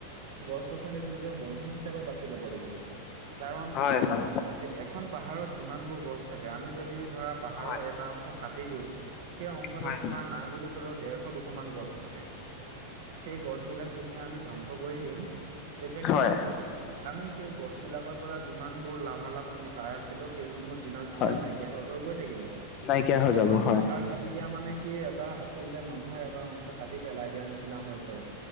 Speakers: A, on the right (about 55°); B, on the left (about 35°).
A: গছ-গছনিক নিজৰ বন্ধু হিচাপে বাছি ল'ব লাগিব কাৰণ,
B: হয় হয়
A: এখন পাহাৰত যিমানবোৰ গছ থাকে, আমি যদি ধৰা পাহাৰৰ
B: হয়
A: এটা অংশ কাটি দিওঁ, সেই অংশটোত
B: হয়
A: তোমাৰ নাই বুলি কলেও, ডেৰশ-দুশ মান গছ থাকে। সেই গছবিলাক যেতিয়া আমি ধ্বংস কৰি দিম, তেতিয়া
B: হয়
A: কি
B: হয়
A: হ'ব? আমি সেই গছ বিলাকৰ পৰা যিমান বোৰ লাভালাভ আমি পাই আছিলো, সেইসমূহ দিনক দিনে
B: হয়
A: নাইকিয়া হৈ হৈ গৈ থাকিব।
B: নাইকিয়া হৈ যাব
A: এখন
B: হয়
A: পাহাৰ কাটি দিয়া মানে কি এটা আচলতে মানুহৰ এটা অংশ কাটি পেলাই দিয়াৰ নিচিনা হৈ পৰে।